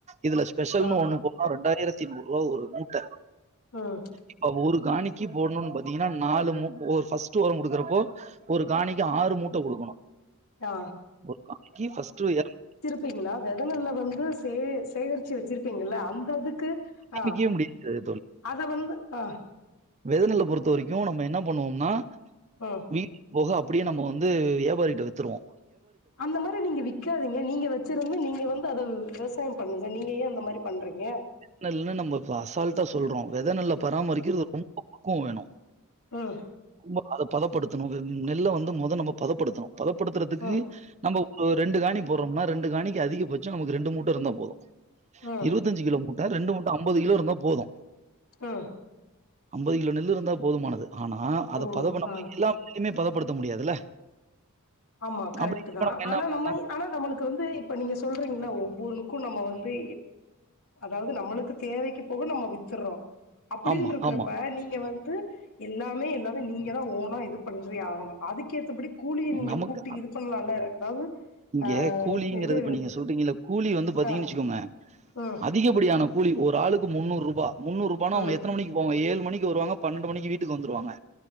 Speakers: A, on the right; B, on the left.
A: இதுல ஸ்பெஷல்னு
B: ஆ
A: ஒன்னு போனா ரெண்டாயிர த்தி நூறுவா ஒரு மூட்ட
B: ம்
A: இப்ப ஒரு காணி க்கி போட்னுன் பாத்தீங்கனா நாலு மூ <unintelligible> ஃபஸ்ட்டு ஒரொங் குடுக்குறப்போ ஒரு காணி க்கி ஆறு மூட்ட குடுக்கனு
B: ஆ
A: ஒரு காணிக்கி ஃபஸ்ட்டு <inaudible>
B: பீங்களா வெதநெல்ல வந்து சே சேகரிச்சு வச்சிருப்பீங்கல்ல அந்த இதுக்கு
A: சேமிக்கவே
B: ஆ
A: முடியாது
B: அத வந்து அ
A: வெதனெல்ல பொறுத்த வரைக்கு என்ன பண்ணுவோம்னா
B: ம்
A: வீட் போக அப்டியே நம்ம வந்து யாபாரிகிட்ட வித்துருவோ
B: அந்த மாதிரி நீங்க வி்க்காதீங்க நீங்க வச்சிருந்து நீங்க வந்து அத விவசாயம் பண்ணுங்க நீங்க ஏ அந்த மாரி பண்றீங்க
A: வெதநெல்ன்னு நம்ம அசால்டா சொல்றோ வெத நல்லா பராமரிக்குறது ரொம் பக்குவோ வேணு
B: உம்
A: ரொ அத பதப்படுத்தணு நெல்ல வந்து மொத நம்ம பதப்படுத்தணு பதப்படுத்துறதுக்கு
B: ம்
A: நம்ம ரெண்டு காணி போட்றோம்னா ரெண்டு காணிக்கு அதிகபட்சோ நமக்கு ரெண்டு மூட்ட இருந்தா போது
B: ம்
A: இருபத்தஞ்சு கிலோ மூட்ட ரெண்டு மூட்ட அம்பது கிலோ இருந்தா போது
B: ஆ
A: அம்பது கிலோ நெல்லு இருந்தா போதுமானது ஆனா அத
B: ஓ
A: பத பண்ண
B: ஆ
A: நாம <unintelligible> படுத்த முடியாதுல்ல
B: ஆமா கரெக்ட்டு
A: அப்படி இப்ப
B: தா
A: என்ன
B: ஆனா
A: பண்ணலாம்
B: நம்ம ஆனா நம்மளுக்கு வந்து இப்ப நீங்க சொல்றீங்ள ஒவ்வொன்னுக்கு நம்ம வந்து அதாவது நம்மளுக்கு தேவைக்கு போக நம்ம வித்துருறோ அப்டீன்
A: ஆமா
B: இருக்குறப்ப
A: ஆமா
B: நீங்க வந்து எல்லாமே எல்லாமே நீங்க தா ஓனா இது பண்றே ஆகணு அதுக்கேத்தபடி கூலிய நீங்க
A: நமக்கு
B: இது பண்ணலாம்ல அதாவது
A: இங்க
B: ஆ
A: கூலிங்கிறது
B: இது
A: நீங்க சொல்றீங்க கூலி வந்து பாத்தீங்கன்னு
B: ஆ
A: வச்சுக்கோங்க
B: ம்
A: அதிகப்படி ஆன கூலி ஒரு ஆளுக்கு முன்னூறு ரூபா முன்னூறு ரூபானா அங்க
B: ம்
A: எத்தன மணிக்கு போவா ஏழு மணிக்கு வருவாங்க பன்னெண்டு மணிக்கு வீட்டுக்கு வந்துருவாங்க